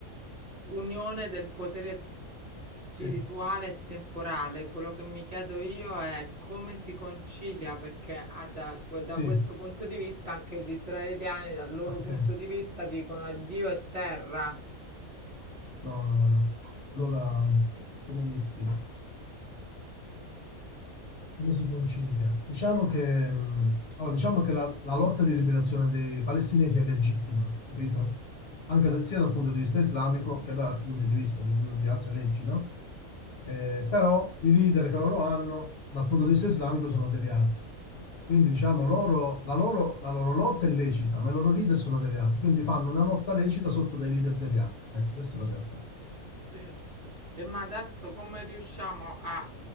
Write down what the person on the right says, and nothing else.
unione del potere spirituale
e temporale. Quello che mi chiedo io è come si concilia, perché ah, da, da
questo punto di vista anche gli israeliani, dal loro
punto di vista, dicono addio e terra.
Sì. E ma adesso come riusciamo a